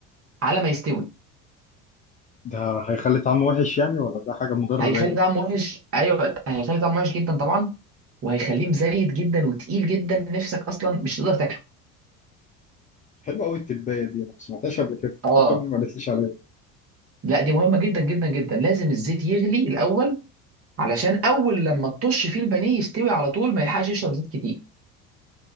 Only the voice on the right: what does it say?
على ما يستوي
هيخلي
طعمه وحش ايوه هيخلي طعمه وحش جدا طبعا وهيخليه مزيت جدا وتقيل جدا نفسك اصلا مش تقدر تاكله
اه
لا دي مهمه جدا جدا جدا لازم الزيت يغلي الاول علشان اول لما تطش فيه البانيه يستوي على طول ما يلحقش يشرب زيت كتير